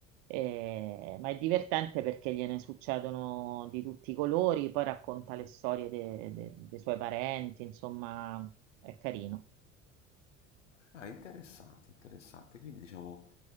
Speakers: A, on the right; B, on the left.
A: eh, ma è divertente perché gliene succedono di tutti i colori, poi racconta le storie de- de- dei suoi parenti, insomma, è carino.
B: Ah, interessante, interessante. Quindi diciamo